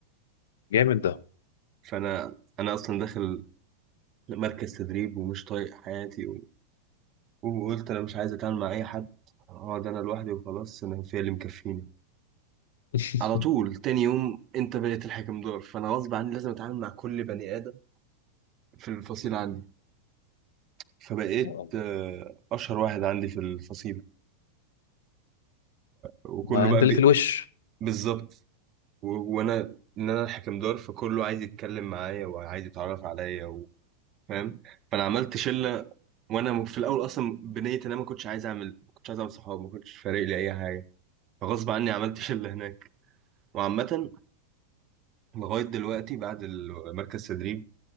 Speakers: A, on the left; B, on the right.
A: جامد ده
B: فانا انا اصلا داخل مركز تدريب ومش طايق حياتي وقلت انا مش عايز اتعامل مع اي حد اقعد انا لوحدي وخلاص انا في اللي مكفيني
A: <laughs>
B: على طول تاني يوم انت بقيت الحكم دور فانا غصب عني لازم اتعامل مع كل بني ادم في الفصيل عندي فبقيت
A: لا والله.
B: آه، اشهر واحد عندي في الفصيل وكله
A: ما
B: بقى
A: انت اللي
B: بي-
A: في الوش
B: بالظبط و- وانا ان انا الحكم دور فكله عايز يتكلم معايا وعايز يتعرف عليا و- فاهم فانا عملت شله وانا م- في الاول اصلا بنيت انا ما كنتش عايز اعمل ما كنتش عايز اعمل صحاب ما كنتش فارق لي اي حاجه فغصب عني عملت شله هناك وعامه لغاية دلوقتي بعد ال- مركز تدريب